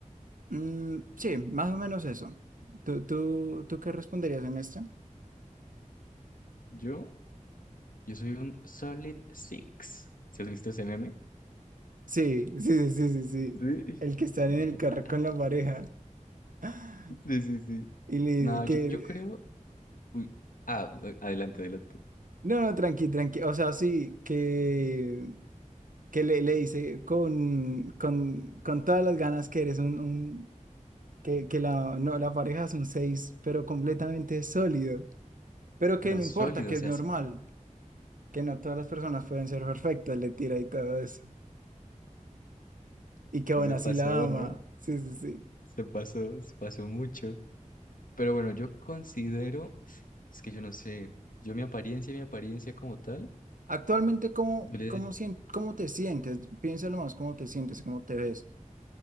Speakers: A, on the right; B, on the left.
A: mm, sí, más o menos eso. ¿Tú, tú, tú qué responderías en esto?
B: Yo, yo soy un solid six. ¿Si has visto ese meme?
A: Sí, <laughs> sí, sí, sí, sí. sí.
B: Sí.
A: El que está en
B: <laughs>
A: el carro con la pareja <laughs>
B: Sí, sí, sí.
A: y le
B: No,
A: dice que...
B: yo, yo creo. uy, ah, adelante, adelante.
A: No, no, tranqui, tranqui. O sea, sí, que, que le, le dice con, con, con todas las ganas que eres un, un, que, que la, no, la pareja es un 6, pero completamente sólido. Pero
B: Pero
A: que no importa,
B: sólido,
A: que
B: o sea,
A: es normal,
B: sí.
A: que no todas las personas pueden ser perfectas, le tira y todo eso. Y que
B: Y
A: bueno,
B: se
A: así
B: pasó,
A: la ama.
B: ¿no?
A: Sí, sí, sí.
B: Se pasó, se pasó mucho. Pero bueno, yo considero, es que yo no sé, yo mi apariencia, mi apariencia como tal,
A: Actualmente, ¿cómo,
B: yo le
A: cómo, sien- cómo te sientes? Piénsalo más, ¿cómo te sientes? ¿Cómo te ves?